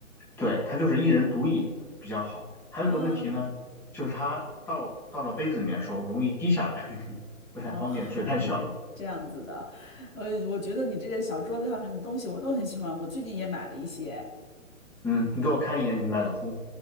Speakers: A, in the centre; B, on the left.
A: 对，它就是一人独饮比较好。还有一个问题呢，
B: 啊。
A: 就是它倒了到了杯子里面的时候容易滴下来，<laughs> 不太方便，
B: 哦，<laughs>
A: 嘴太小了。
B: 是这样子的，呃，我觉得你这个小桌子上面的东西我都很喜欢，我最近也买了一些。
A: 嗯，你给我看一眼你买的壶。